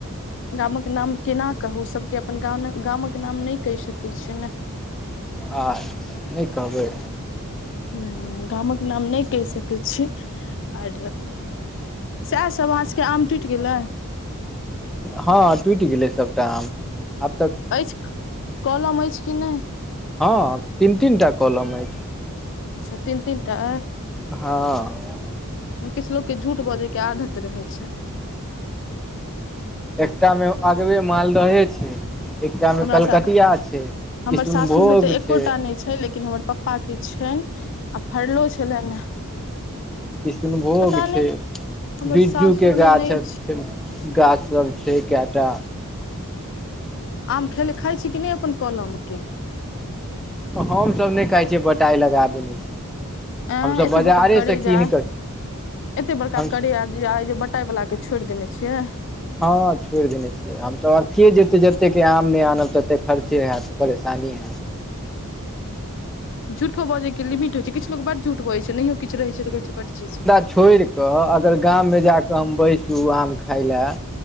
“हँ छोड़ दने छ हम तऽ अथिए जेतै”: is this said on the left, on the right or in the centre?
Centre